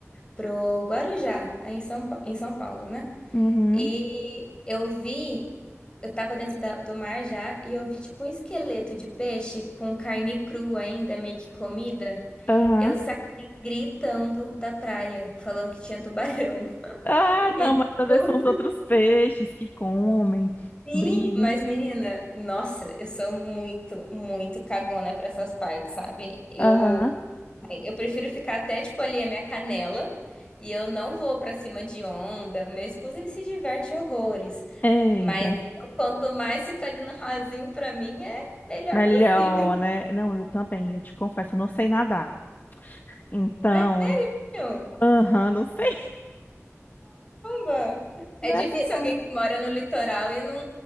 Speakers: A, on the left (about 20°); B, on the left (about 40°).
A: pro Guarujá, aí em São, Pa- em São Paulo, né?
B: Uhum,
A: E eu vi, eu tava dentro da- do mar já, e eu vi tipo um esqueleto de peixe com carne crua ainda, meio que comida.
B: aham.
A: Eu saí gritando da praia, falando que tinha tubarão. <laughs>
B: Ah, não,
A: E
B: mas às
A: no
B: vezes são os outros peixes que comem,
A: fim,
B: brigam.
A: mas menina, nossa, eu sou muito, muito cagona para essas partes, sabe? Eu
B: Aham.
A: Assim, Eu prefiro ficar até, tipo, ali a minha canela. E eu não vou pra cima de onda. O meu esposo, ele se diverte horrores.
B: Eita.
A: Mas eu, quanto mais fica ali no rasinho, pra mim, é melhor
B: Melhor,
A: possível, <laughs>
B: né? Não, eu também, eu te confesso, eu não sei nadar. Então,
A: né? meu?
B: aham, não sei.
A: Caramba!
B: <laughs>
A: É
B: Mulher
A: difícil
B: do céu,
A: alguém que mora no litoral e não,